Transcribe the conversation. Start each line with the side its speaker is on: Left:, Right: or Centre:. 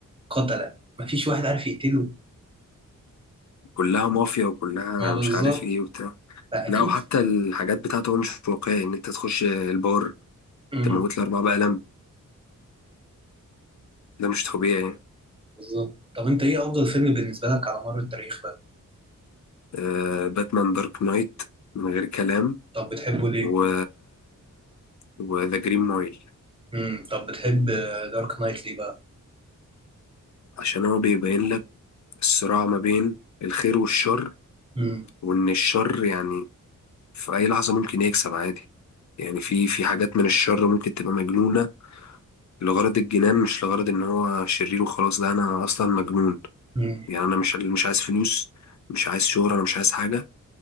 Right: قتلة مفيش واحد عارف يقتله
Left: كلها مافيا وكلها
Right: ما بالظبط
Left: مش عارف ايه وبتاع
Right: فاكيد
Left: لا وحتى الحاجات بتاعته هو مش واقعي ان انت تخش البار
Right: مم.
Left: تموت الاربعة بقلم ده مش طبيعي
Right: بالظبط طب انت ايه افضل فيلم بالنسبه لك على مر التاريخ بقى
Left: آه، باتمان دارك نايت من غير كلام
Right: طب بتحبه ليه
Left: و وذا جرين مايل
Right: امم طب بتحب دارك نايت ليه بقى
Left: عشان هو بيبين لك الصراع ما بين الخير والشر
Right: امم
Left: وان الشر يعني في اي لحظة ممكن يكسب عادي يعني في في حاجات من الشر ممكن تبقى مجنونة لغرض الجنان مش لغرض ان هو شرير وخلاص لا انا اصلا مجنون
Right: امم
Left: يعني انا مش مش عايز فلوس مش عايز شهرة انا مش عايز حاجة